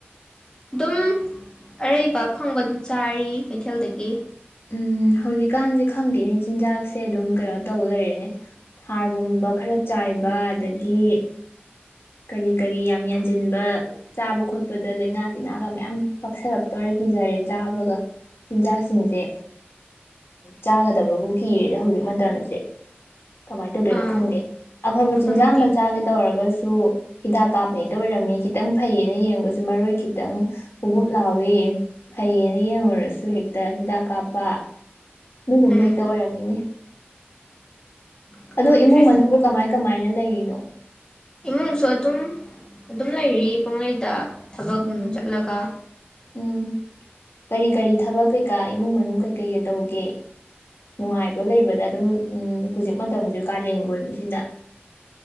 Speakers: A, on the left; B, on the left.
A: ꯑꯗꯨꯝ ꯑꯔꯩꯕ ꯑꯐꯪꯕ ꯑꯗꯨꯝ ꯆꯥꯔꯤ ꯀꯩꯊꯦꯜꯗꯒꯤ꯫
B: ꯎꯝ ꯍꯧꯖꯤꯛꯀꯥꯟꯁꯦ ꯈꯪꯗꯦꯅꯦ ꯆꯤꯟꯖꯥꯛꯁꯦ ꯑꯗꯨꯝ ꯀꯩꯅꯣ ꯇꯧ ꯂꯩꯔꯦꯅꯦ ꯍꯥꫪꯒꯨꯝꯕ ꯈꯔ ꯆꯥꯏꯕ ꯑꯗꯒꯤ ꯀꯔꯤ ꯀꯔꯤ ꯌꯥꯝ ꯌꯥꯟꯁꯤꯟꯕ ꯆꯥꯕ ꯈꯣꯠꯄꯗ ꯂꯥꯏꯅꯥ ꯇꯤꯟꯅꯥꯒ ꯃꯌꯥꯝ ꯄꯥꯛꯁꯜꯂꯛꯇꯣꯏꯔ ꯀꯤꯖꯔꯦ ꯆꯥꯕꯒ ꯆꯤꯟꯖꯥꯛꯁꯤꯡꯁꯦ ꯆꯥꯒꯗꯕꯕꯨ ꯀꯤꯔꯦꯗ ꯍꯧꯖꯤꯛ ꯃꯇꯝꯁꯦ ꯀꯃꯥꯏꯅ ꯇꯧꯗꯣꯏꯅꯣ
A: ꯑꯥ
B: ꯈꯪꯗꯦ ꯑꯐꯕ
A: ꯈꯪꯗꯦ
B: ꯆꯤꯟꯖꯥꯛ ꯑꯃ ꯆꯥꯒꯦ ꯇꯧꯔꯒ ꯁꯨ ꯍꯤꯗꯥꯛ ꯀꯥꯞꯄ ꯍꯦꯛꯇ ꯑꯣꯏꯔꯝꯃꯤ ꯈꯤꯇꯪ ꯐꯩꯌꯦꯅ ꯌꯦꯡꯕꯁꯨ ꯃꯔꯣꯏ ꯈꯤꯇꯪ ꯕꯨꯞ ꯕꯨꯞ ꯂꯥꯎꯏ ꯐꯩꯌꯦꯅ ꯌꯦꯡꯉꯨꯔꯁꯨ ꯍꯦꯛꯇ ꯍꯤꯗꯥꯛ ꯀꯥꯞꯄ ꯑꯗꯨꯒꯨꯝꯕ
A: ꯎꯝ
B: ꯍꯦꯛꯇ ꯑꯣꯏꯔꯝꯃꯤꯅꯦ꯫
A: ꯈꯪꯗ꯭ꯔꯦ
B: ꯑꯗꯣ ꯏꯃꯨꯡ ꯃꯅꯨꯡꯕꯨ ꯀꯃꯥꯏ ꯀꯃꯥꯏꯅ ꯂꯩꯔꯤꯅꯣ꯫
A: ꯏꯃꯨꯡꯁꯨ ꯑꯗꯨꯝ꯫ ꯑꯗꯨꯝ ꯂꯩꯔꯤ ꯄꯪꯂꯩꯗ꯫ ꯊꯕꯛ
B: ꯎꯝ
A: ꯆꯠꯂꯒ꯫
B: ꯎꯝ ꯀꯔꯤ ꯀꯔꯤ ꯊꯕꯛ ꯀꯩꯀꯥ ꯏꯃꯨꯡ ꯃꯅꯨꯡ ꯀꯩꯀꯩꯒ ꯇꯧꯒꯦ ꯅꯨꯡꯉꯥꯏꯕ꯭꯭ꯔꫭ ꯂꯩꯕꯗ ꯑꯗꯨꯝ ꯎꯝ ꯍꯧꯖꯤꯛ ꯃꯇꯝꯁꯦ ꯀꯥꯂꯦꯟꯒ ꯑꫭꯏꯕꯁꯤꯗ꯫